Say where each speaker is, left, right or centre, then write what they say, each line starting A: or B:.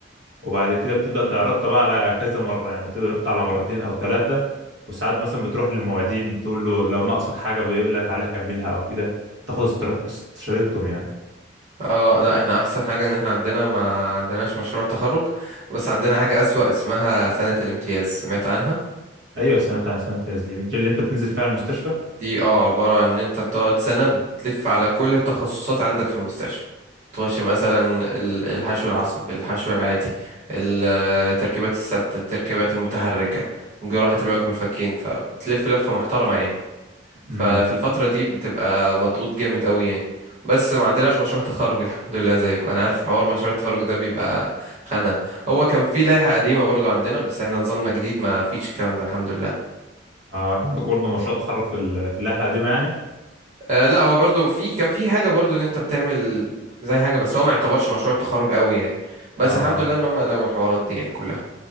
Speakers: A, on the right (about 65°); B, on the right (about 35°).
A: وبعد كده بتبدأ تعرضها بقى على كذا مرة يعني بتبدأ تعرضها على مرتين أو ثلاثة وساعات مثلا بتروح للمعيدين تقول له لو ناقصك حاجة بيقول لك عليها كملها أو كده تاخد استر- استشارتهم يعني
B: اه لا احنا احسن حاجة ان احنا عندنا ما عندناش مشروع تخرج بس عندنا حاجة اسوأ اسمها سنة الامتياز سمعت عنها
A: ايوه سمعت عن سمعت الناس دي مش دي اللي انت بتنزل فيها المستشفى
B: دي اه عبارة عن ان انت بتقعد سنة بتلف على كل التخصصات عندك في المستشفى تخش مثلا ال- الحشو العصبي الحشو العادي ال- التركيبات الثابتة التركيبات المتحركة جراحة الوجه والفكين فبتلف لفة محترمة يعني ففي
A: امم
B: الفترة دي بتبقى مضغوط جامد قوي يعني بس ما عندناش مشروع تخرج <laughs> الحمد لله زيكم انا عارف حوار مشروع التخرج ده بيبقى خانة هو كان في لائحة قديمة برضو عندنا بس احنا نظامنا جديد ما فيش الكلام ده الحمد لله
A: اه كان عندكم برضه مشروع تخرج في ال... في اللائحه القديمه يعني
B: آه لا هو برضو في كان في حاجة برضو ان انت بتعمل زي حاجة بس هو ما يعتبرش مشروع تخرج قوي يعني بس
A: اه
B: الحمد لله ان هم لغوا الحوارات دي يعني كلها